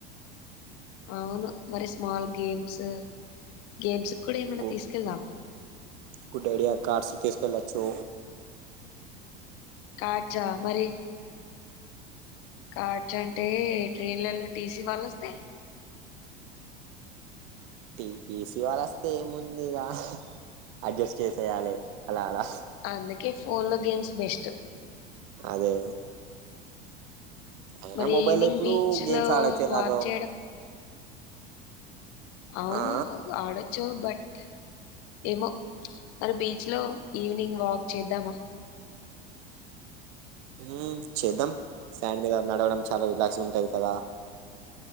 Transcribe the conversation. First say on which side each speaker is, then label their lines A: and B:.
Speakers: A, on the left; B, on the right.
A: అవును మరి స్మాల్ గేమ్స్ గేమ్స్ కూడా ఏమైనా
B: గు
A: తీసుకెళ్దామా
B: గుడైడియా కార్స్ తెసుకెల్ సో
A: కాడ్చా మరి కాడ్చ్అంటే ఈ ట్రైనలల్లో టీసీ వాళ్ళొ స్తే
B: టీసిస్ వాళ్ళ వస్తే ఏముంది ఇక అడ్జస్ట్ చేసేయాలి అలా అలా
A: అందుకే ఫోన్లో గేమ్స్ బెస్ట్
B: అదే అయినా
A: మరి
B: మొబైల్
A: ఈవినింగ్
B: లో ఇప్పుడు
A: బీచ్లో
B: గేమ్స్ ఆడొచ్చు ఎలాగో
A: వాక్ చేయడం అవును
B: ఆ
A: ఆడ చ్ బట్ ఏమో మరి బీచ్ లో ఈవినింగ్ వాక్ చేద్దామా
B: ఊమ్ చేద్దాం సాండ్ మీద నడవడం చాలవ్ గ్లాస్ ఉంటది కదా